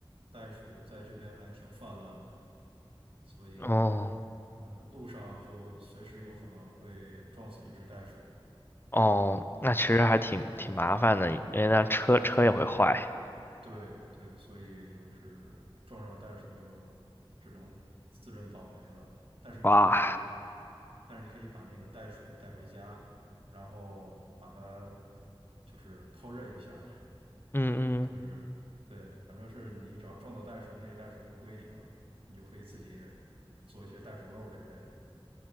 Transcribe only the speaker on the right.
袋鼠在这边还挺泛滥的，所以
呃，路上就随时有可能会撞死一只袋鼠。
然后
对对对，所以就是撞上袋鼠就只能自认倒霉了。但是你可以，
但是你可以把那个袋鼠带回家，然后把它就是烹饪一下。
就是对，反正是你只要撞到袋鼠，那个袋鼠就归你了，你就可以自己做一些袋鼠肉之类的。